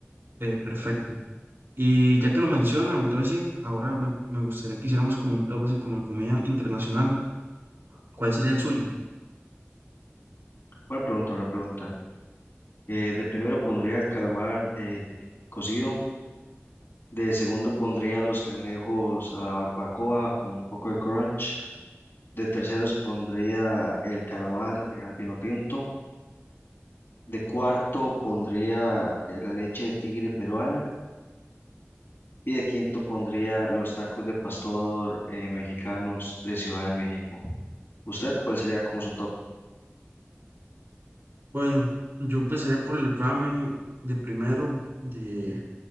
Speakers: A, on the right; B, on the left.
A: eh, perfecto. Y ya que lo mencionan, entonces sí, ahora me, me gustaría que hiciéramos como un top así como de comida internacional. ¿Cuál sería el suyo?
B: Buena pregunta, buena pregunta. Eh, de primero pondría el calamar eh, cocido. De segundo pondría los cangrejos a la barbacoa con un poco de crunch. De terceros pondría el calamar eh, al vino tinto. De cuarto pondría eh, la leche de tigre peruana. Y de quinto pondría los tacos de pastor eh, mexicanos de Ciudad de México. ¿Usted cuál sería como su top?
A: Bueno, yo empezaría por el ramen de primero de,